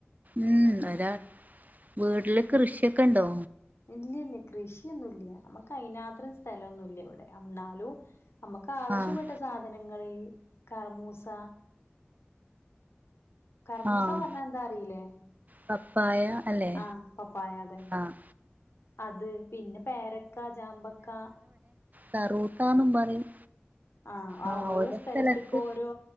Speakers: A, on the right; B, on the left.
A: ഉം ഒരാളു വീട്ടില് കൃഷിയൊക്കെ ബണ്ടോ
B: ഇല്ലല്ല കൃഷിയൊന്നുല്ല നമ്മക്ക് അതിനാത്രം സ്ഥലമൊന്നുല്ല ഇവിടെ എന്നാലും നമുക്ക് ആവശ്യപ്പെട്ട
A: ആഹ്
B: സാധനങ്ങള് കറ്മൂസ കർമൂസ
A: ആഹ്
B: പറഞ്ഞ എന്താ അറിയിലേ
A: പപ്പായ അല്ലെ
B: ആപപ്പായ അതന്നെ
A: ആഹ്
B: അത് പിന്നെ പേരക്ക ചക്കാ ചാമ്പക്കാ
A: കറൂത്തന്നും പറയും
B: ആ ആ
A: ആഹ്
B: ഓരോ സ്ഥലത്തക്കും
A: സ്ഥലത്ത്
B: ഓരോ